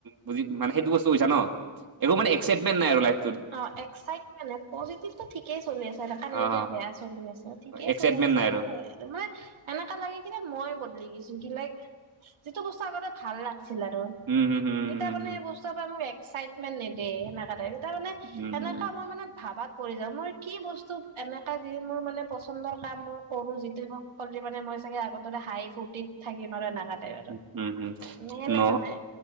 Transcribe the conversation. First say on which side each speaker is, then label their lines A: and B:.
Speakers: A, on the right; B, on the right.
A: তুমি মানে সেইটো বস্তু বুজিছা ন? একো মানে এক্চাইটমেন্ট নাই আৰু লাইফ
B: অ', এক্চাইটমেন্ট, পজিটিভটো ঠিকেই চলি আছে, দেখা
A: অ',
B: নাইকিয়া বেয়া চলি আছে, ঠিকেই
A: এক্সাইটমেণ্ট
B: চলি আছে।
A: নাই
B: <unintelligible>
A: আৰু
B: এনেকা লাগে কিনে মই বদলি গেছো। দু লাইক, যিটো বস্তু আগতে ভাল লাগ চিলা দ,
A: উম, হম, হম,
B: এতিয়া
A: হম,
B: মানে
A: হম,
B: বস্তু পৰা মোক এক্চাইটমেন্ট নেদে, সেনেকা টাইপ। তাৰমানে,
A: হম,
B: এনেকা
A: হম,
B: মই মানে ভাবাত মই কি বস্তু এনেকা যি মোৰ মানে পচন্দৰ কাম মই কৰো যিটো মোক মানে মই চাগে আগৰ দৰে হাঁহি ফূৰ্তিত থাকিম আৰু এনেকা টাইপ আৰু
A: উম হম
B: মানে সেনেকা
A: ন
B: নাই